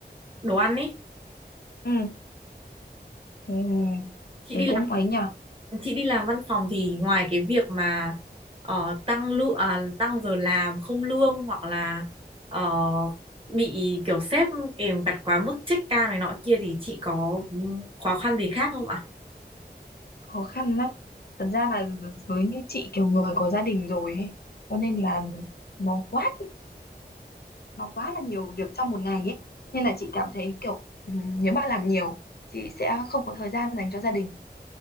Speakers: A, on the right (about 30°); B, on the left (about 65°).
A: đồ ăn ấy
B: ừ. ừ.
A: chị
B: Thế
A: đi làm
B: cũng ấy nhở,
A: chị đi làm văn phòng thì ngoài cái việc mà ờ, tăng lương tăng giờ làm không lương hoặc là ờ, bị kiểu sếp kèm vặt quá mức check ca này nọ kia thì chị có ừ, khó khăn gì khác không ạ
B: khó khăn lắm. Thật ra là với như chị kiểu người có gia đình rồi ấy, cho nên là nó quá nó quá là nhiều việc trong một ngày ấy nên là chị cảm thấy kiểu ừm, nếu mà làm nhiều chị sẽ không có thời gian dành cho gia đình